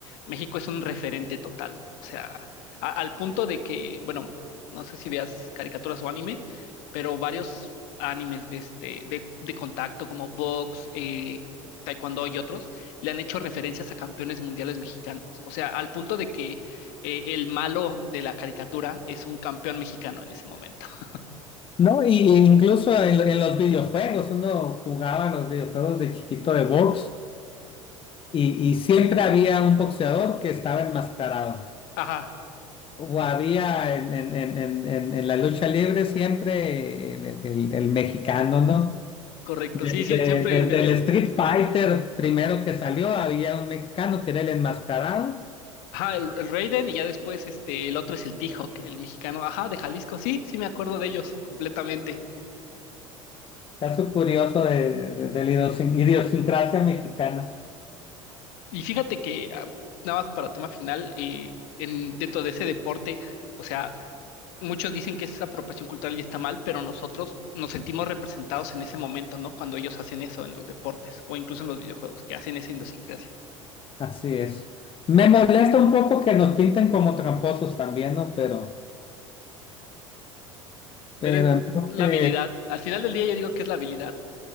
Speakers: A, on the left; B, on the left.
A: México es un referente total. O sea, a- al punto de que, bueno, no sé si veas caricaturas o anime, pero varios animes de este, de, de contacto como box, eh, taekwondo y otros, le han hecho referencias a campeones mundiales mexicanos. O sea, al punto de que eh, el malo de la caricatura es un campeón mexicano en ese momento. <laughs>
B: No, y y incluso en, en los videojuegos, uno jugaba los videojuegos de chiquito de box y, y siempre había un boxeador que estaba enmascarado.
A: Ajá.
B: O había en, en- en- en- en- en la lucha libre siempre el, el- el mexicano, ¿no?
A: correcto.
B: Desde,
A: Sí, sí, siempre
B: desde
A: el, el,
B: el Street Fighter primero que salió había un mexicano que era el enmascarado.
A: ajá, el, el Raiden y ya después este, el otro es el T-Hawk, el mexicano, ajá, de Jalisco. Sí, sí me acuerdo de ellos completamente.
B: Caso curioso de, de- de la idiosin- idiosincrasia mexicana.
A: Y fíjate que, ah, nada más para tema final, eh, en, dentro de ese deporte, o sea, muchos dicen que esa apropiación cultural y está mal, pero nosotros nos sentimos representados en ese momento, ¿no? Cuando ellos hacen eso en los deportes o incluso en los videojuegos, que hacen esa idiosincrasia.
B: Así es. Me molesta un poco que nos pinten como tramposos también, ¿no? Pero, pero
A: Pero es
B: en parte,
A: la habilidad. Al final del día yo digo que es la habilidad.